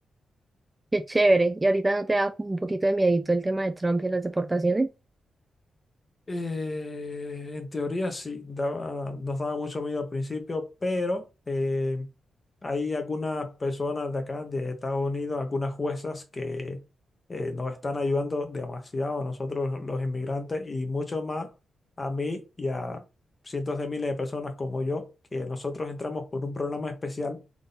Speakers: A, on the right; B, on the left.
A: Qué chévere. ¿Y ahorita no te da como un poquito de miedito el tema de Trump y las deportaciones?
B: Eh, en teoría sí, daba- nos daba mucho miedo al principio, pero eh, hay algunas personas de acá, de Estados Unidos, algunas juezas que eh, nos están ayudando demasiado a nosotros los inmigrantes y mucho más a mí y a cientos de miles de personas como yo, que nosotros entramos por un programa especial